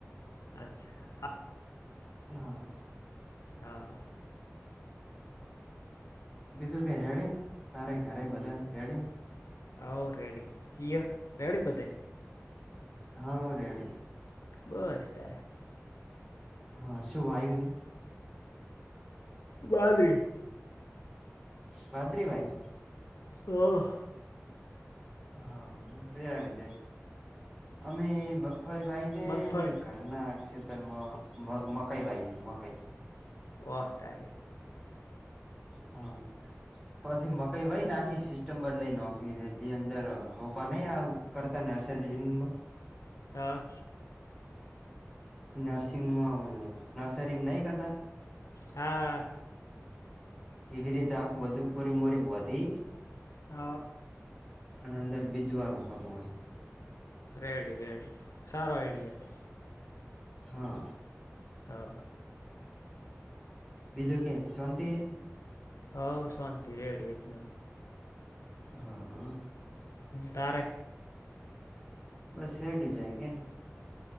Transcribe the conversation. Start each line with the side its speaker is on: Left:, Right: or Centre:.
Left: અચ્છા.
Centre: હા.
Left: હા.
Centre: બીજું કઈ રેડી તારે ઘરે બધા રેડી?
Left: આવ રેડી તય રેડી બધે?
Centre: હ રેડી.
Left: બસ તાર
Centre: હા શુંયુ <unintelligible> છે?
Left: વાંદરી <unintelligible>
Centre: પાદ્રીભાઈ.
Left: ઓ
Centre: હા, તારી દે અમે મગફળી વાઈ દે
Left: મગફળી
Centre: ને ઘરના ખેતર <unintelligible> મકાઈ વાઈે મકાઈ.
Left: વહ તારીખ. <unintelligible>
Centre: હા, પછી મકાઈ વય નાખી સિસ્ટમ બદલાઈ નાખવી છે. જે અંદર પણ નહી કરતા નર્સરીમાં
Left: હા.
Centre: નર્સિંગમાં નર્સરીમાં નહી કરતા?
Left: હા.
Centre: એવી રીતે આખું બધું કુરી મોરી બધી.
Left: હ.
Centre: અને અંદર બીજ વારો કરવાો નહી.
Left: રેડી રેડી સારો આઈડિયા છે.
Centre: હા.
Left: હા.
Centre: બીજું કે શાંતિ છે?
Left: હ, શાંતિ રેડી એકદમ.
Centre: હા.
Left: તારે?
Centre: બસ હેડ જાયગ. <unintelligible>